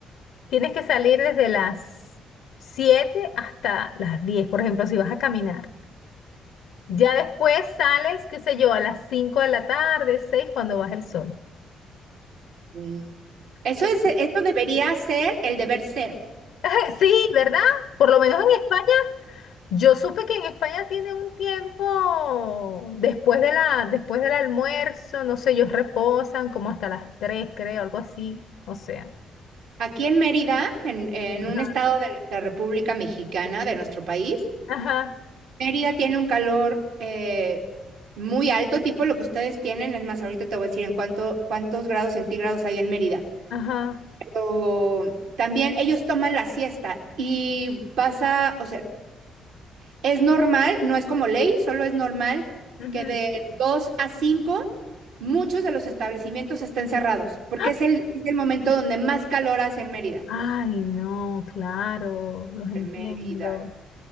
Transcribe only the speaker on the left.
Tienes que salir desde las 7 hasta las 10, por ejemplo, si vas a caminar. Ya después sales, qué sé yo, a las 5 de la tarde, 6 cuando baja el sol.
¿Qué?
<laughs> Sí, ¿verdad? Por lo menos en España, yo supe que en España tiene un tiempo después de la, después del almuerzo, no sé, ellos reposan como hasta las tres, creo, algo así, o sea.
Ajá,
ajá,
ajá.
ujú.
¡Ah!
Ay, no, claro, los entiendo.